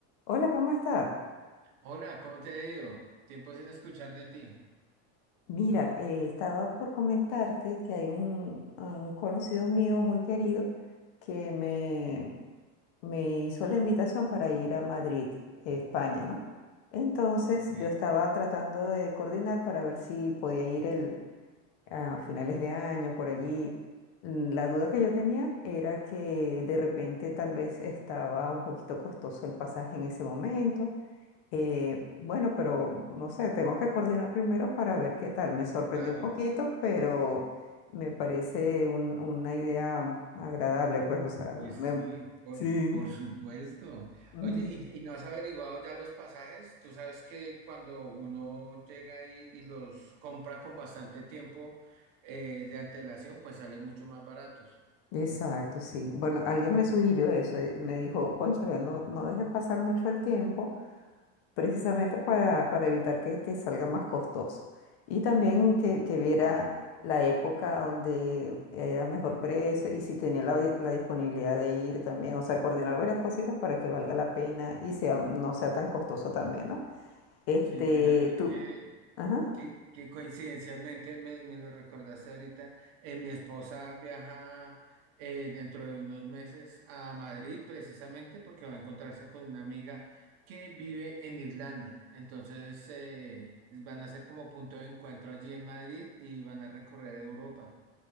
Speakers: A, on the left (about 65°); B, on the right (about 55°).
A: Hola, ¿cómo estás?
B: Hola, ¿cómo te ha ido? Tiempo sin escuchar de ti.
A: Mira, eh, estaba por comentarte que hay un, un conocido mío muy querido que me, me hizo la invitación para ir a Madrid, España, ¿no? Entonces
B: Ok,
A: yo estaba tratando de coordinar para ver si podía ir el, a finales de año, por allí. Mm, La duda que yo tenía era que de repente tal vez estaba un poquito costoso el pasaje en ese momento Eh, bueno, pero no sé, tengo que coordinar primero para ver qué tal. Me sorprendió
B: claro,
A: un poquito, pero me parece un- una idea agradable, pues, o sea,
B: pues
A: me-
B: sí, por,
A: sí.
B: por supuesto.
A: ujú,
B: Oye, ¿y, y no has averiguado ya los pasajes? Tú sabes que cuando uno llega y, y los compra con bastante tiempo eh, de antelación, pues salen mucho más baratos.
A: Exacto, sí. Bueno, alguien me sugirió eso, eh, me dijo, cónchale, no, no dejes pasar mucho el tiempo precisamente para, para evitar que te salga más costoso. Y también que, que viera la época donde era mejor precio y si tenía la, la disponibilidad de ir también, o sea, coordinar varias cositas para que valga la pena y sea, no sea tan costoso también, ¿no? Este,
B: Sí, fíjate
A: tú,
B: que
A: ajá,
B: Que, que coincidencialmente me, me lo recordaste ahorita, eh, mi esposa viaja eh, dentro de unos meses a Madrid precisamente porque va a encontrarse con una amiga que vive en Irlanda. Entonces eh, van a ser como punto de encuentro allí en Madrid y van a recorrer Europa.